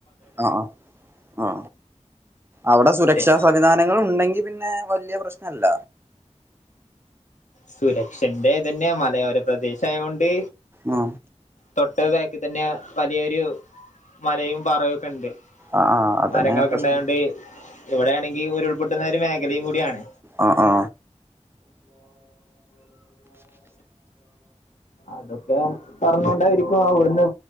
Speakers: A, on the right (about 20°); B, on the left (about 80°).
A: അ ആ ആ അവിടെ സുരക്ഷാ
B: പക്ഷെ
A: സംവിധാനങ്ങളുണ്ടെങ്കി പിന്നെ വല്ല്യ പ്രശ്നല്ല
B: സുരക്ഷന്റെ തന്നെ മലയോര പ്രദേശ ആയോണ്ട്
A: ആ
B: തൊട്ടത് ബാക്കി തന്നെ വലിയൊരു മലയും പാറയും ഒക്കെ ഉണ്ട്
A: ആഹ് ആഹ് അതന്നെ
B: മരങ്ങളൊക്കെണ്ടായോണ്ട്
A: പ്രശ്നം
B: ഇവിടെയാണെങ്കി ഉരുൾപൊട്ടുന്ന ഒരു മേഖലയും കൂടിയാണ്
A: അ ആ
B: അതൊക്കെ പറഞ്ഞോണ്ടായിരിക്കും അവിടുന്ന്